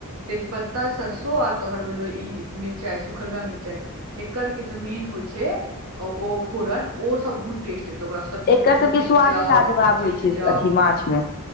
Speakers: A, on the right (about 80°); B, on the left (about 45°).
A: तेजपत्ता सरसो आ तोहर भेलो इ मिर्चाय सुखलका मिर्चाय। एकर के जे मेन होइ छैय ओ फोरन ओसभ बहुत टेस्ट तऽ ओकरा सरसो
B: एकर
A: के भुजैत
B: सबके स्वादे
A: जाउ
B: लाजवाब
A: भुजैत
B: होइ छै
A: जाउ
B: अथी माछ मे